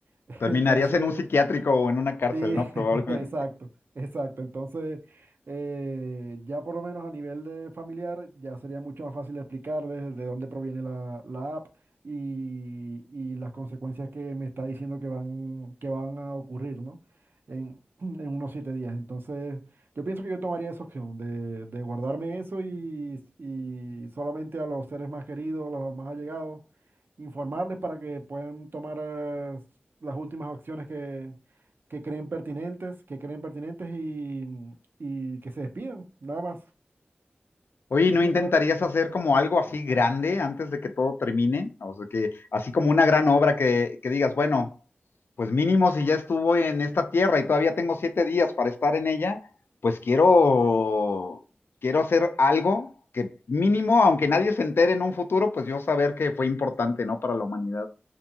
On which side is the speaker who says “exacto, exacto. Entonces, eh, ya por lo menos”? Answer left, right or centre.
Right